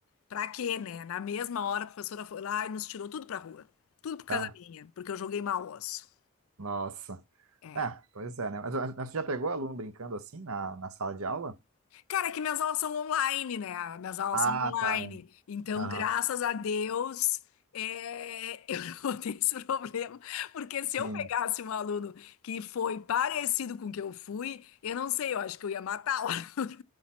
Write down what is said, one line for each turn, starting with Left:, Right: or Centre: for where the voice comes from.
Left: Pra quê, né? Na mesma hora, a professora foi lá e nos tirou tudo pra rua. Tudo por causa
Right: Tá.
Left: minha, porque eu joguei mal o osso.
Right: Nossa.
Left: É.
Right: É, pois é, né? Mas, mas tu já pegou aluno brincando assim na, na sala de aula?
Left: Cara, é que minhas aulas são online, né? Minhas aulas
Right: Ah,
Left: são online.
Right: tá.
Left: Então,
Right: Aham.
Left: graças a Deus, é, <laughs> eu não tenho esse problema. Porque
Right: Sim.
Left: se eu pegasse um aluno que foi parecido com o que eu fui, eu não sei, eu acho que eu ia matar o aluno,